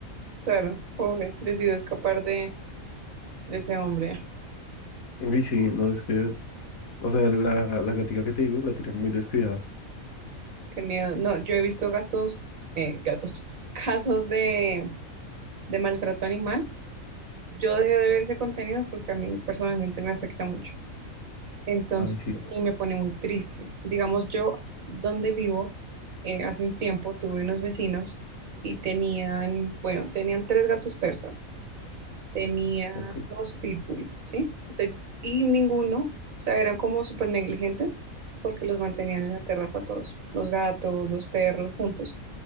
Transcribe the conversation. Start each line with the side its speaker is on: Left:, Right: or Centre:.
Right: Claro, pobre, decidió escapar de, de ese hombre.
Left: Uy, sí, no, es que O sea, la, la gatica que te digo la tiene muy descuidada.
Right: Qué miedo. No, yo he visto gatos, eh, gatos, <laughs> casos de, de maltrato animal. Yo dejé de ver ese contenido porque a mí personalmente me afecta mucho. Entonces,
Left: Ay, sí,
Right: y me pone muy triste. Digamos, yo donde vivo, eh, hace un tiempo tuve unos vecinos y tenían, bueno, tenían tres gatos persas, tenían
Left: ok.
Right: dos pitbull, ¿sí? Usted- y ninguno, o sea, eran como súper negligentes porque los mantenían en la terraza todos, los gatos, los perros, juntos.